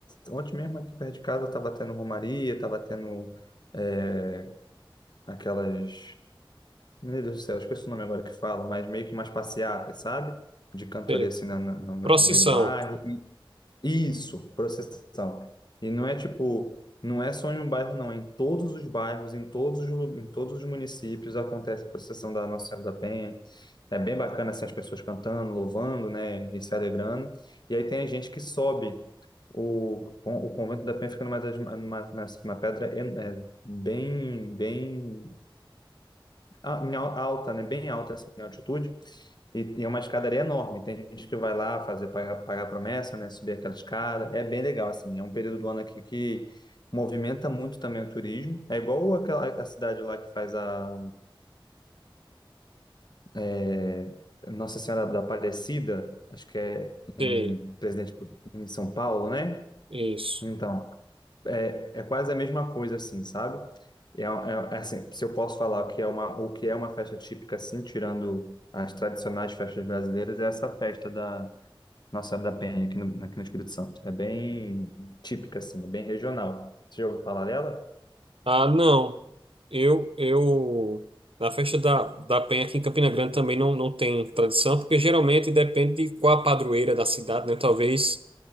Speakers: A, on the left (about 50°); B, on the right (about 85°).
A: Ontem mesmo aqui perto de casa estava tendo romaria, estava tendo é, aquelas meu Deus do céu, esqueci o nome agora que fala, mas meio que umas passeatas, sabe? De cantoria
B: Sim.
A: assim na- na- no
B: Procissão.
A: meio do bairro. E- Isso, procissão. E não é tipo, não é só em um bairro, não. Em todos os bairros, em todos os, lu- em todos os municípios acontece a procissão da Nossa Senhora da Penha. É bem bacana assim, as pessoas cantando, louvando, né? E se alegrando. E aí tem a gente que sobe. O, o convento da Penha fica numa, das- numa, numa pedra en- é, bem, bem a- em al- alta, né? Bem alta, assim, em altitude. E, e é uma escadaria enorme. Tem gente que vai lá fazer pagar, pagar promessa, né? Subir aquela escada. É bem legal, assim. É um período do ano aqui que movimenta muito também o turismo. É igual aquela a cidade lá que faz a é, Nossa Senhora da Aparecida, acho que é em
B: Sim.
A: Presidente em São Paulo, né?
B: Isso.
A: Então, é, é quase a mesma coisa, assim, sabe? É, é- é assim, se eu posso falar o que é uma, o que é uma festa típica, assim, tirando as tradicionais festas brasileiras, é essa festa da Nossa Senhora da Penha aqui no, aqui no Espírito Santo. É bem típica, assim, é bem regional. Você já ouviu falar dela?
B: Ah, não. Eu, eu, na festa da, da Penha aqui em Campina Grande também não, não tem tradição, porque geralmente depende de qual a padroeira da cidade, né? Talvez